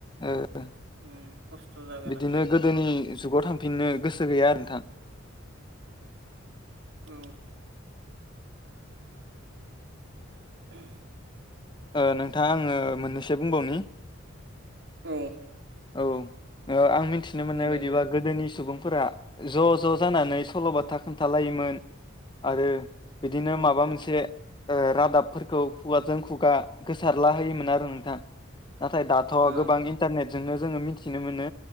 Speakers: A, on the left; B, on the right.
A: ओ
B: उम खस्थ' जागोन
A: बिदिनो
B: हान्थिनो
A: गोदोनि जुगाव थां फिननो गोसो गैया आरो नोंथां
B: औ <unintelligible>
A: ओ नोंथां आङो मोननैसो बुंबावनि
B: औ
A: औ ओ आं मिनथिनो मोननाय
B: बुंलाय
A: बायदिबा
B: नोंथां
A: गोदोनि सुबुं फोरा ज' ज' जानानै सल'बाथा खोन्थालायोमोन आरो बिदिनो
B: औ
A: माबा मोनसे ओ रादाबफोरखौ खुगाजों खुगा गोसारला होयोमोन आरो नोंथां नाथाय दाथ'
B: औ
A: गोबां इन्टारनेट जोंनो जोङो मिथिनो मोनो